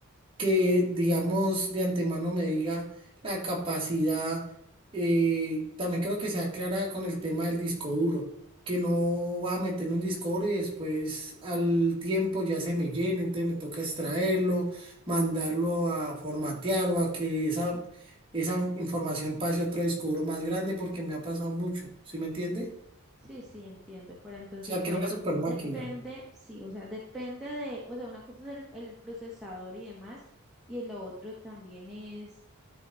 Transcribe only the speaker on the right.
que, digamos, de antemano me diga la capacidad. eh, también creo que sea clara con el tema del disco duro, que no va a meter un disco duro y después al tiempo ya se me llena, entonces me toca extraerlo, mandarlo a formatear o a que esa, esa información pase a otro disco duro más grande porque me ha pasado mucho, ¿sí me entiende?
O sea, que
era una super máquina.